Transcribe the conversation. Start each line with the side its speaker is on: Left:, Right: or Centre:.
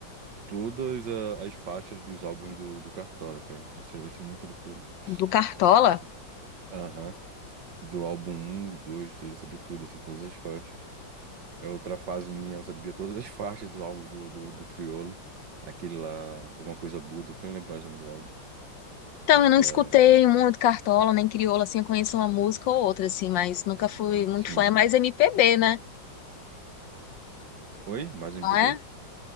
Right: Todas a- as faixas dos álbuns do, do Cartola, cara. Isso, é- isso é muita loucura.
Left: Do Cartola.
Right: Sim. Aham. Do álbum um e 2, dele, eu sabia tudo, assim, todas as faixas. É outra fase minha, eu sabia todas as faixas do álbum do, do, do Criolo. Aquele lá, alguma coisa Buda, que eu não lembro mais o nome do álbum.
Left: Então,
Right: Acho
Left: eu não
Right: que
Left: escutei
Right: é.
Left: muito Cartola, nem Crioula, assim, eu conheço uma música ou outra, assim, mas nunca fui muito
Right: Sim.
Left: fã. É mais MPB, né?
Right: Oi? Mais um
Left: Não
Right: MPB?
Left: é?